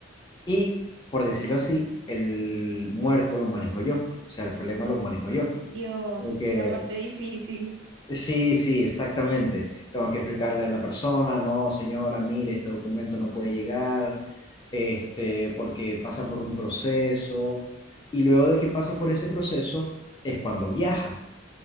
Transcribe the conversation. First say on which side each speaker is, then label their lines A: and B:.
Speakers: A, on the left; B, on the right.
A: y, por decirlo así, el muerto lo manejo yo, o sea, el problema lo manejo yo.
B: Dios,
A: Como que,
B: la parte difícil.
A: sí, sí, exactamente. Tengo que explicarle a la persona, no, señora, mire, este documento no puede llegar, este, porque pasa por un proceso. Y luego de que pasa por ese proceso es cuando viaja.